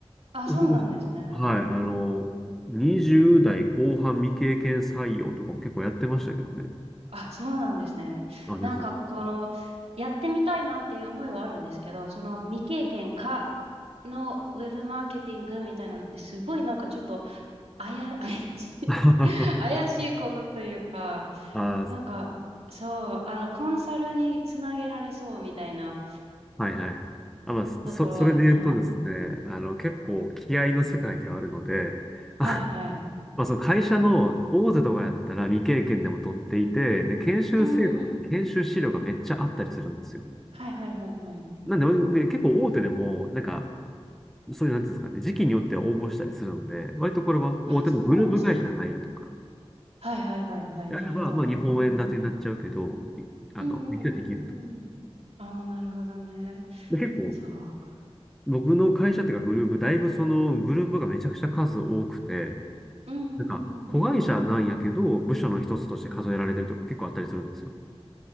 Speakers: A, on the right (about 75°); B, in the centre.
A: あ、
B: そうですねはい、
A: そうなんですね。
B: あの、20代後半未経験採用とかも結構やってましたけどね。
A: あ、そうなんですね。
B: あ、ですね。
A: なんかこのやってみたいなっていう思いはあるんですけど、その未経験かのウェブマーケティングみたいなのってすごいなんかちょっとあや、怪しい
B: <laughs> あ、
A: <laughs> 怪しい広告というか、
B: はい
A: なんかそう、あのコンサルにつなげられそうみたいな
B: はいはい。あ、まあ、そ、
A: ところ、
B: それで言うとですね、
A: うん、
B: あの、結構気合の世界ではあるので、<laughs>
A: はいはい。
B: まあ、その会社の大手とかやったら未経験でも取っていて、で、研修制度とか研修資料がめっちゃあったりするんですよ。
A: うんうん。はいはいはいはい。
B: なんで、で結構大手でも、なんかそういう、なんていうんですかね、時期によっては応募したりするので、割とこれは大手のグループ会社に入るとか、
A: あ、そうなんですね。はいはいはいはい。
B: であれば、
A: なるほど。
B: まあ、日本円建てになっちゃうけど、
A: うん
B: いあの、
A: うんうん。
B: 勉強できると。
A: うんうん。ああ、なるほどね。
B: で、結構、
A: そうか。
B: 僕の会社っていうかグループ、だいぶそのグループがめちゃくちゃ数多くて、
A: うんうんうん。
B: なんか、子会社なんやけど、部署の一つとして数えられてるとか結構あったりするんですよ。